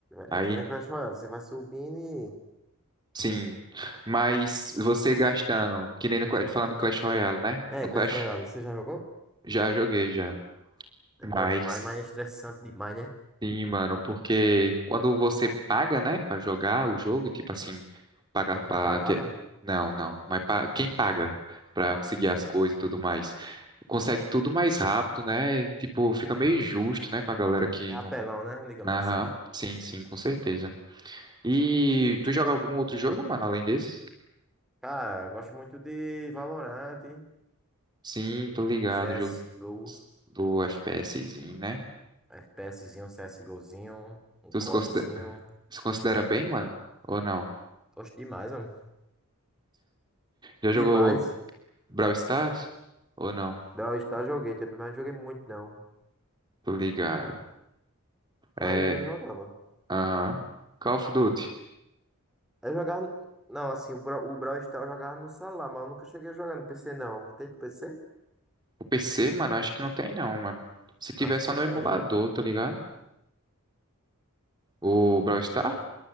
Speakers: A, on the right; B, in the centre.
A: Aí
B: É que nem no Clash Royale, você vai subindo e...
A: Sim, mas você gastando, que nem no, Clash- falando em Clash Royale, né?
B: É,
A: No
B: Clash
A: Clash
B: Royale, você já jogou?
A: já joguei já,
B: É
A: mas
B: bom demais, mas é estressante demais, né?
A: sim, mano, porque quando você paga, né, Pra jogar o jogo, e tipo assim, paga
B: E
A: pra
B: tu pagava?
A: ter... não, não, mas pa- quem paga pra conseguir as coisas e tudo mais, consegue tudo mais rápido, né? Tipo, fica meio justo, né, com a galera que
B: É apelão,
A: não.
B: né? Digamos
A: Aham,
B: assim.
A: sim, sim, com certeza. E tu joga algum outro jogo, mano, além desse?
B: Cara, eu gosto muito de Valorant,
A: Sim, tô ligado,
B: CS,
A: jogo
B: Go,
A: do FPSzinho, né?
B: FPSzinho, CSGOzinho, um
A: Tu
B: CODzinho.
A: se considera, se considera bem, mano? Ou não?
B: Gosto demais, mano.
A: Já jogou
B: E mais,
A: Brawl Stars? Ou não?
B: Brawl Stars joguei também, mas não joguei muito não.
A: Tô ligado.
B: Mas
A: É,
B: eu jogava.
A: aham. Call of Duty.
B: Eu jogava. Não, assim, o Bra- o Brawl Stars eu jogava no celular, mas eu nunca cheguei a jogar no PC não. Tem de PC?
A: O PC, mano, acho que não tem não, mano. Se tiver
B: Acho
A: só
B: que
A: no
B: tem.
A: emulador,
B: hein?
A: tá ligado? O Brawl Stars?
B: Não cons-